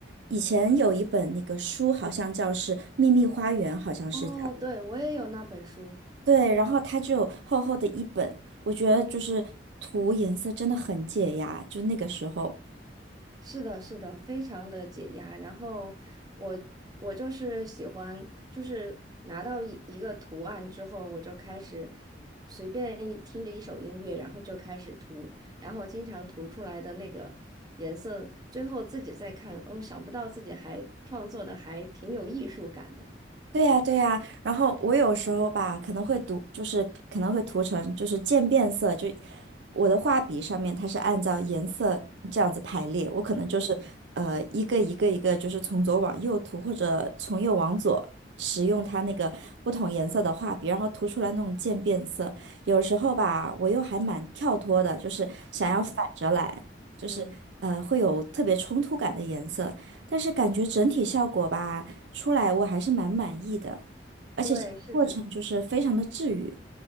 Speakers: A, on the right (about 75°); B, on the right (about 20°).
A: 以前有一本那个书，好像叫是《秘密花园》，好像是叫。
B: 哦，对，我也有那本书。
A: 对，然后它就有厚厚的一本，我觉得就是涂颜色真的很解压，就那个时候。
B: 是的，是的，非常的解压。然后我我就是喜欢，就是拿到一一个图案之后，我就开始随便一听着一首音乐，然后就开始涂，然后经常涂出来的那个颜色，最后自己再看，哦，想不到自己还创作的还挺有艺术感的。
A: 对呀，对呀，然后我有时候吧，可能会读，就是可能会涂成就是渐变色，就我的画笔上面它是按照颜色这样子排列，我可能就是呃一个一个一个就是从左往右涂，
B: 嗯
A: 或者从右往左，使用它那个不同颜色的画笔，然后涂出来那种渐变色。有时候吧，我又还蛮跳脱的，就是想要反着来，
B: 嗯
A: 就是呃会有特别冲突感的颜色，
B: 嗯，
A: 但是感觉整体效果吧。出来我还是蛮满意的，而且这个过程就是非常的治愈。
B: 对，是的。